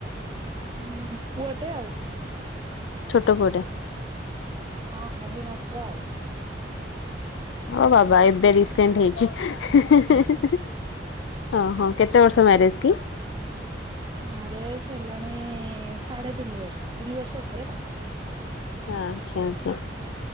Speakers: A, on the right (about 25°); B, on the left (about 85°).
A: ହୁଁ, ପୁଅଟେ ଆଉ।
B: ଛୋଟ ପୁଅଟେ?
A: ହଁ, ଅଢେଇ ମାସର ଆଉ।
B: ଓ ବାବା, ଏବେ ରିସେଣ୍ଟ ହେଇଛି। ହେଁ
A: ହୁଁ
B: ହେଁ ହେଁ। ଓହୋ, କେତେ ବର୍ଷ ମ୍ୟାରେଜ କି?
A: ମ୍ୟାରେଜ ହେଲାଣି, ସାଢ଼େ ତିନି ବର୍ଷ, ତିନି ବର୍ଷ ଉପରେ ଆଉ।
B: ଆଛା ଆଛା।